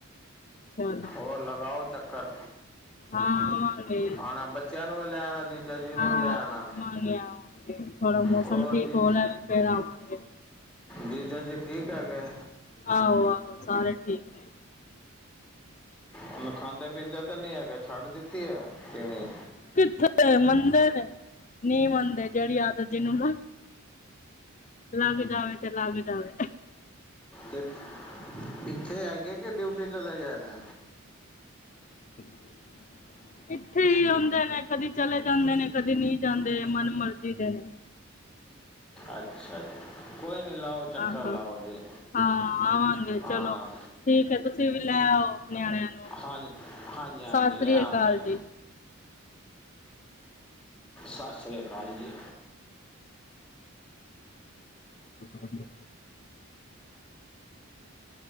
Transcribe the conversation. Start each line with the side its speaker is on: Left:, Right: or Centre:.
Left: ਚਲੋ
Centre: ਹੋਰ ਲਗਾਓ, ਚੱਕਰ
Left: ਹਾਂ ਆਵਾਂਗੇ,
Centre: ਆਣਾ ਬੱਚਿਆਂ ਨੂੰ ਵੀ ਲੈ ਆਉਣਾ ਜੀਜਾ ਜੀ ਨੂੰ
Left: ਹਾਂ
Centre: ਵੀ ਲੈ ਆਉਣਾ
Left: ਆਵਾਂਗੇ-ਆਵਾਂਗੇ। ਥੋੜਾ ਮੌਸਮ
Centre: ਹੋਰ
Left: ਠੀਕ
Centre: ਜੀ
Left: ਹੋ ਲੈਵੇ, ਫਿਰ ਆਵਾਂਗੇ।
Centre: ਜੀਜਾ ਜੀ, ਠੀਕ ਹੈਗੇ?
Left: ਆਹੋ-ਆਹੋ ਸਾਰੇ ਠੀਕ। ਨੇ
Centre: ਹੁੰਨ ਖਾਂਦੇ-ਪੀਂਦੇ ਤੇ ਨਹੀਂ ਹੈਗੇ, ਛੱਡ ਦਿੱਤੀ ਹੈ ਪੀਣੀ?
Left: ਕਿੱਥੇ ਮੰਨਦੇ ਨੇ, ਨਹੀਂ ਮੰਨਦੇ, ਜਿਹੜੀ ਆਦਤ ਜਿਹਨੂੰ ਨਾ ਲੱਗ ਜਾਵੇ, ਤੇ ਲੱਗ ਜਾਵੇ।
Centre: ਤੇ ਇੱਥੇ ਹੈਗੇ, ਕਿ ਡਿਊਟੀ ਚਲੇ ਗਏ ਨੇ?
Left: <inaudible> ਇੱਥੇ ਹੀ ਹੁੰਦੇ ਨੇ, ਕਦੇ ਚਲੇ ਜਾਂਦੇ ਨੇ, ਕਦੀ ਨਹੀਂ ਜਾਂਦੇ, ਮਨ ਮਰਜੀ ਦੇ ਨੇ।
Centre: ਅੱਛਾ ਜੀ, ਕੋਈ ਨੀ ਲਾਓ ਚੱਕਰ
Left: ਆਹੋ
Centre: ਲਾਓ ਜੀ,
Left: ਹਾਂ ਆਵਾਂਗੇ
Centre: ਆ।
Left: ਚਲੋ ਠੀਕ ਹੈ ਤੁਸੀਂ ਵੀ ਲੈ ਆਓ ਨਿਆਣਿਆਂ ਨੂੰ
Centre: ਹਾਂਜੀ-ਹਾਂਜੀ, ਹਾਂਜੀ
Left: ਸਤਿ
Centre: ਲਿਆਂਓਗੇ।
Left: ਸ੍ਰੀ ਅਕਾਲ ਜੀ
Centre: ਸਸ ਸ੍ਰੀ ਕਾਲ ਜੀ।
Left: <unintelligible>